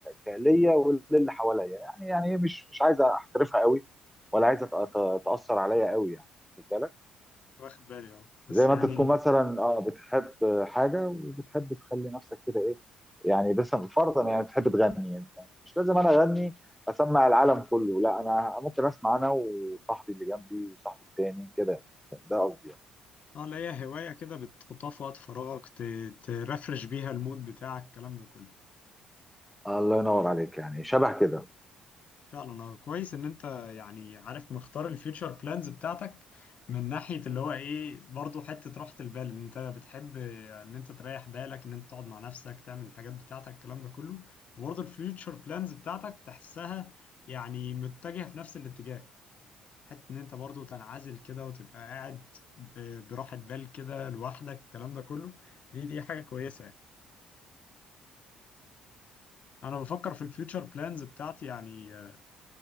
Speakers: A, in the centre; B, on the left.
A: كليا وللي حواليا يعني يعني إيه، مش مش عايز احترفها قوي ولا عايز أت- أت- تاثر عليا قوي يعني واخد بالك؟
B: واخد بالي اه بس
A: زي ما
B: يعني
A: انت تكون مثلا اه بتحب حاجه وبتحب تخلي نفسك كده ايه يعني بس فرضا يعني بتحب تغني يعني مش لازم انا اغني اسمع العالم كله لا انا ممكن اسمع انا وصاحبي اللي جنبي وصاحبي التاني كده ده قصدي يعني.
B: اه لا هي هواية كده بتحطها في وقت فراغك ت- ترفرش بيها المود بتاعك الكلام ده كله
A: الله ينور عليك يعني شبه كده
B: فعلا اه كويس ان انت يعني عارف مختار الفيوتشر بلانز بتاعتك من ناحية اللي هو ايه برضو حتة راحة البال ان انت بتحب ان انت تريح بالك ان انت تقعد مع نفسك تعمل الحاجات بتاعتك الكلام ده كله وبرضو الفيوتشر بلانز بتاعتك تحسها يعني متجهة في نفس الاتجاه حتة ان انت برضو تنعزل كده وتبقى قاعد ب- براحة بال كده لوحدك الكلام ده كله دي دي حاجة كويسة يعني. انا بفكر في الفيوتشر بلانز بتاعتي يعني آه،